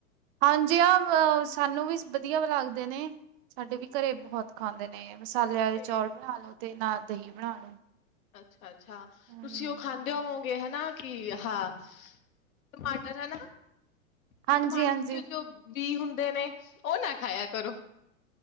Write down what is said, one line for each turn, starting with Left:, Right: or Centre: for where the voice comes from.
Right: ਹਾਂਜੀ ਆ ਅ ਸਾਨੂੰ ਵੀ ਵਧੀਆ ਲੱਗਦੇ ਨੇ, ਸਾਡੇ ਵੀ ਘਰੇ ਬਹੁਤ ਖਾਂਦੇ ਨੇ। ਮਸਾਲੇ ਵਾਲੇ
Left: ਤੇ
Right: ਚੋਲ ਬਣਾ ਲੋ, ਤੇ ਨਾਲ ਦਹੀਂ ਬਣਾ ਲੋ।
Left: ਅੱਛਾ ਅੱਛਾ
Right: ਹੂੰ,
Left: ਤੁਸੀਂ ਉਹ ਖਾਂਦੇ ਹੋਵੋਗੇ ਹਨਾ ਕੀ ਹਾਂ ਟਮਾਟਰ ਹੈਨਾ ਤੇ
Right: ਹਾਂਜੀ-ਹਾਂਜੀ
Left: ਟਮਾਟਰ ਚ ਜੋ ਬੀ ਹੁੰਦਾ ਹੁੰਦੇ ਨੇ ਉਹ ਨਾ ਖਾਇਆ ਕਰੋ